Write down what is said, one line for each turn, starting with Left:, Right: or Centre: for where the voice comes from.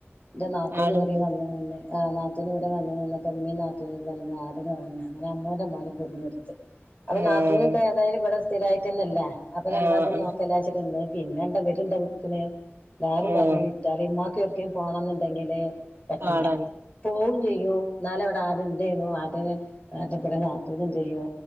Left: എന്റെ നാത്തൂനന്
Right: ആടും പോത്തും
Left: ആ നാത്തൂനന്ന് കൂടെ വന്ന്പ്പംമ്മീ നാത്തൂനും പറഞ്ഞ് ആടി നെ വങ്ങ അങ്ങനെ അമ്മോൻ് അമ്മമാന കുടുഞ്ഞെടുത്ത് അത്
Right: ആഹ്
Left: നാത്തൂ ന് ഇപ്പൊ ഏതായാല ഇവിടെ സ്ഥിരമായിട്ട്ന്നല്ല അപ്പൊ രണ്ടാക്കും
Right: ആഹ്
Left: നോക്കല്ലച്ചരി് പിന്നെണ്ടവരുണ്ട വി ക്ക്ന് എല്ലാരും
Right: ആഹ്
Left: പറഞ്ഞു വിറ്റാല് ഉമ്മാക്ക എടക്കൻ പോണം എന്നുണ്ടെങ്കില് പറ്റൂല
Right: പാടാണ്
Left: പോക ചെയ്യോ എന്നാല എവിടെ ആടുണ്ടായിന് ചെയ്യണു ആട ആടെ രാത്തടെന്ത് ചെയ്യോ